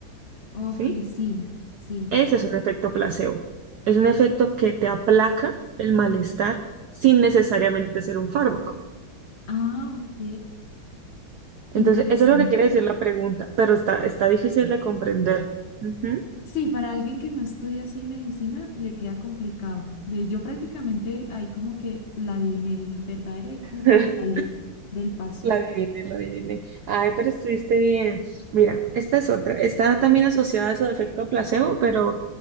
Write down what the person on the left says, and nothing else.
Ok,
sí, sí, ya
le.
Ah, ok.
Interesante.
Sí, para alguien que no estudia así medicina, le queda complicado. De- Yo prácticamente ahí como que la adiviné, dije, verdadero y como por
salir del paso.